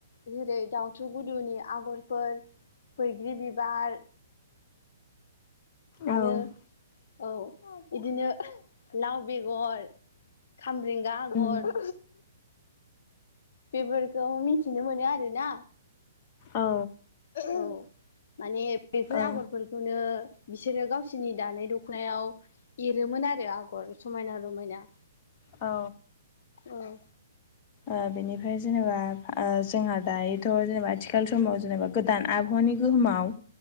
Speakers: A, on the left (about 55°); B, on the left (about 30°).
A: जेरै दाउथु गुदुनि आगरफोर। बैग्रि बिबार।
B: औ।
A: आरो औ बिदिनो लाव बेगर। खामब्रेंगा आगर।
B: उम
A: बेफोरखौ मिथिनो मोनो आरोना।
B: औ।
A: औ माने बेफोर
B: ओ
A: आगरफोरखौनो। बिसोरो गावसोरनि दानाय दखनायाव एरोमोन आरो आगर समायना रमायना।
B: औ।
A: औ
B: ओ बेनिफ्राय जेनेबा ओ जोंहा दायोथ' जेनेबा आथिखाल समाव जेनेबा गोदान आबह वानि गोहोमाव